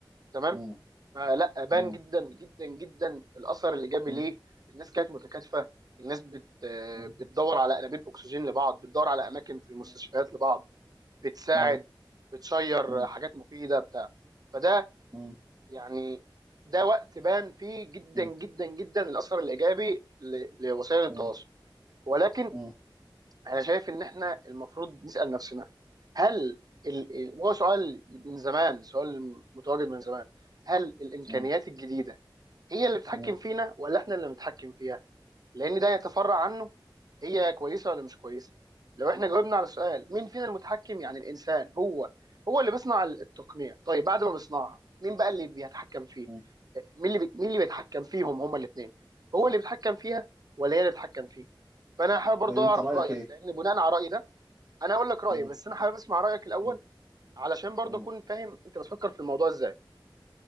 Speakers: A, on the right; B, on the right.
A: تمام
B: مم.
A: فلا بان
B: مم.
A: جدا جدا جدا الاثر الايجابي
B: مم.
A: ليه الناس كانت متكاتفه الناس بت
B: مم.
A: بتدور على انابيب اكسجين لبعض بتدور على اماكن في المستشفيات
B: مم.
A: لبعض بتساعد
B: أيوة.
A: بتشير
B: مم.
A: حاجات مفيده بتاع فده
B: مم.
A: يعني ده وقت بان فيه جدا
B: مم.
A: جدا جدا الاثر الايجابي ل- لوسائل التواصل
B: مم.
A: ولكن
B: مم.
A: انا شايف ان احنا المفروض نسال نفسنا هل ال... ال- وهو سؤال من زمان سؤال متواجد من زمان هل الامكانيات
B: مم.
A: الجديده هي اللي بتتحكم
B: مم.
A: فينا ولا احنا اللي بنتحكم فيها لان ده يتفرع عنه هي كويسه ولا مش كويسه لو احنا جاوبنا على سؤال مين فينا المتحكم يعني الانسان هو هو اللي بيصنع التقنيه طيب بعد ما بيصنعها مين بقى اللي بيتحكم فيه
B: مم.
A: مين اللي بي... مين اللي بيتحكم فيهم هما الاثنين هو اللي بيتحكم فيها ولا هي اللي بتتحكم فيه فانا حابب برضه
B: طيب انت
A: اعرف
B: رايك
A: رايك
B: ايه
A: لان بناء على رايي ده انا اقول لك رايي
B: مم.
A: بس انا حابب اسمع رايك الاول
B: مم.
A: علشان برضه
B: مم.
A: اكون فاهم انت بتفكر في الموضوع ازاي